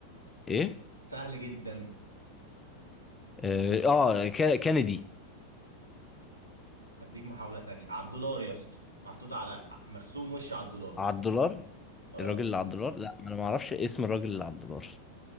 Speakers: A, on the left; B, on the right.
A: ايه
B: سهل جدا
A: اه آه، كان- كينيدي
B: هديك محاولة تانية على الدولار يا اسطى محطوط على مرسوم وش على الدولار
A: على الدولار
B: اه
A: الراجل اللي على الدولار لا ما انا ما اعرفش اسم الراجل اللي على الدولار